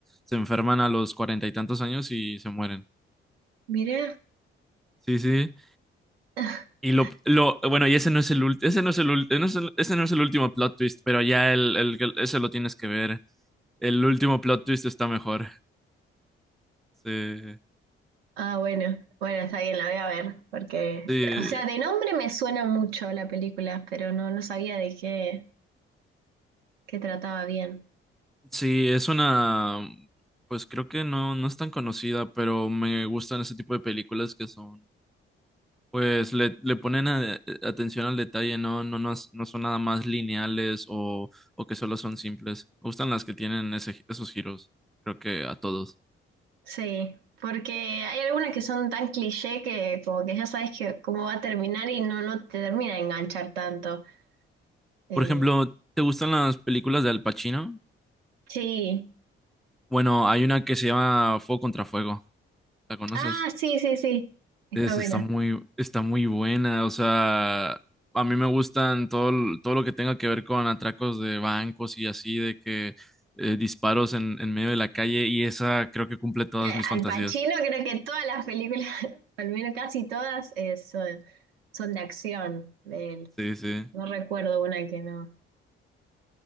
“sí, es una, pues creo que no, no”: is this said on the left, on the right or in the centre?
Centre